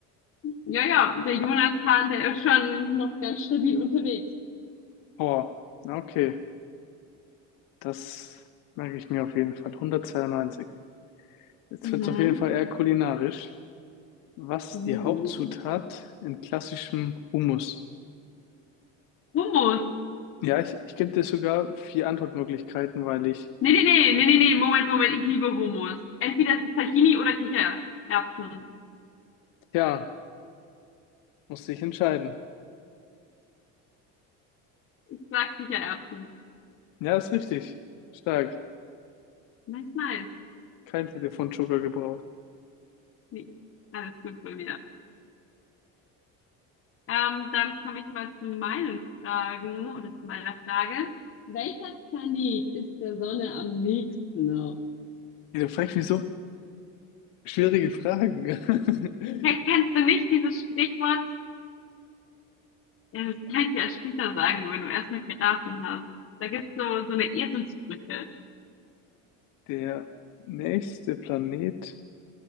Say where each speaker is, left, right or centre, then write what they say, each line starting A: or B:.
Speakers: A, on the left (about 40°); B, on the left (about 70°).
A: Ja, ja, der Jonathan, der ist schon noch ganz stabil unterwegs.
B: Oh, na okay. Das merke ich mir auf jeden Fall. Hundertzweiundneunzig. Jetzt
A: Mhm.
B: wird es auf jeden Fall eher kulinarisch. Was ist
A: Uh.
B: die Hauptzutat in klassischem Hummus?
A: Hummus.
B: Ja, ich, ich gebe dir sogar vier Antwortmöglichkeiten, weil ich
A: Nee, nee, nee, nee, nee, nee, Moment, Moment, ich liebe Hummus. Entweder es ist Tahini oder Kichererbsen.
B: ja musste ich entscheiden.
A: Ich sag Kichererbsen.
B: Ja, ist richtig. Stark.
A: Nice, nice.
B: Kein Telefonjoker gebraucht.
A: Nee, alles gut bei mir. Ähm, dann komme ich mal zu meinen Fragen oder zu meiner Frage. Welcher Planet ist der Sonne am nächsten?
B: Ihr fragt mich so schwierige Fragen. <laughs>
A: Ja, kennst du nicht dieses Sprichwort? Ja, das kann ich dir erst später sagen, wenn du erstmal geraten hast. Da gibt's so, so eine Eselsbrücke.
B: Der nächste Planet